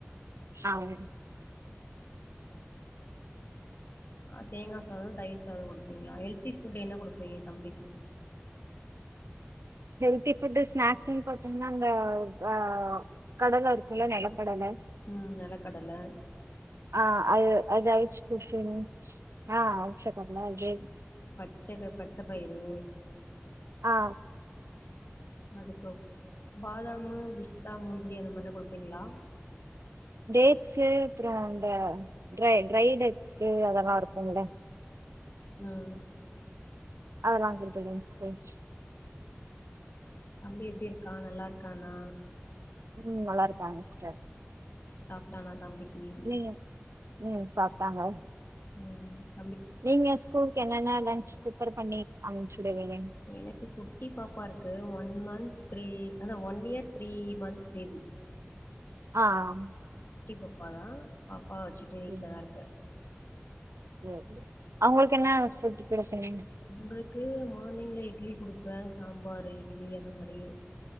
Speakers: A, on the right; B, on the left.
A: ஆ ஒரு
B: ஆ தேங்கா சாதம் தயிர் சாதம் குடுப்பீங்ளா ஹெல்தி ஃபுட் என்ன குடுப்பீங்க தம்பிக்கு
A: ஹெல்தி ஃபுட்டு ஸ்நேக்ஸ்ன்னு பாத்தீங்கன்னா அந்த அ கடல இருக்குல்ல நில கடலை
B: அ நிலக்கடலை
A: ஆ அத அது அவிச்சி குடுத்துடுவே ஆ அவிச்ச கடலை இது
B: பச்சைக்க பச்ச பயிறு
A: ஆ
B: அதுக்கு கப் பாதாமு பிஸ்தா முந்திரி அந்த மாறில்லா குடுப்பீங்ளா
A: டேட்ஸ்சு அப்றோ அந்த ட்ரை ட்ரை நட்ஸ் அதெல்லா இருக்கும்ல்ல
B: <inaudible>
A: அதெல்லா வாங்கிட்டு போயிட்டே சிஸ்டர்
B: தம்பி எப்டி இருக்கா நல்லா இருக்கான்னா
A: ம் நல்லாருக்காங்க சிஸ்டர்
B: சாப்ட்டானா தம்பிக்கு
A: இல்லங்க <unintelligible> சாப்ட்டாங்க
B: உம்
A: நீங்க ஸ்கூலுக்கு என்னன்ன லன்ச் ப்ரிஃபர் பண்ணி அனுப்ச்சுடுவீங்க
B: எனக்கு குட்டி பாப்பா இருக்கு ஒன் மந்த் த்ரீ அ ஹா one year three month baby
A: அ
B: குட்டி பாப்பா தா பாப்பாவ வச்சுட்டு
A: சேரி
B: வீட்லதா இருக்
A: <unintelligible> அவங்களுக்கு என்ன சொத்து பிரச்சனைன்ன
B: உங்களுக்கு மார்னிங்ல இட்லி குடுப்பே சாம்பாரு இட்லி அந்த மாறி